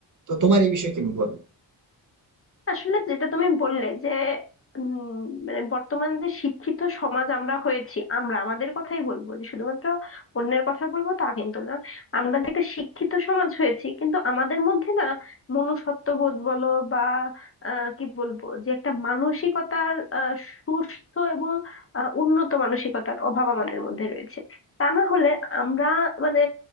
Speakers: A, on the right (about 45°); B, on the left (about 30°).
A: তো তোমার এই বিষয়ে কি বল
B: আসলে যেটা তুমি বললে যে উম, মানে বর্তমান যে শিক্ষিত সমাজ আমরা হয়েছি আমরা আমাদের কথাই বলবো যে শুধুমাত্র অন্যের কথা বলবো তা কিন্তু না আমরা যে একটা শিক্ষিত সমাজ হয়েছি কিন্তু আমাদের মধ্যে না মনুষ্যত্ববোধ বলো বা আহ, কি বলবো যে একটা মানসিকতার আহ, সুস্থ এবং আহ, উন্নত মানসিকতার অভাব আমাদের মধ্যে রয়েছে তা না হলে আমরা মানে